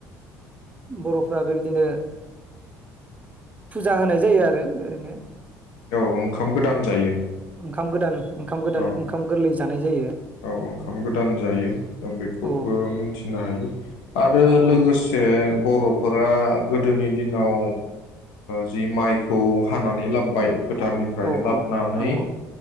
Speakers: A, on the right; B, on the left.
A: बर'फ्रा बेबायदिनो फुजा होनाय जायो आरो ओरैनो
B: औ ओंखाम गोदाम जायो
A: ओंखाम गोदान ओंखाम गोदान
B: औ
A: ओंखाम गोरलै जानाय जायो
B: औ ओंखाम गोदान जायो बेखौबो
A: औ
B: मोनथिनो हायो आरो
A: औ
B: लोगोसे
A: औ
B: बर' फोरा गोदोनि दिनाव जि माइखौ हानानै लाबबाय फोथारनिफ्राय
A: औ
B: लाबानानै
A: औ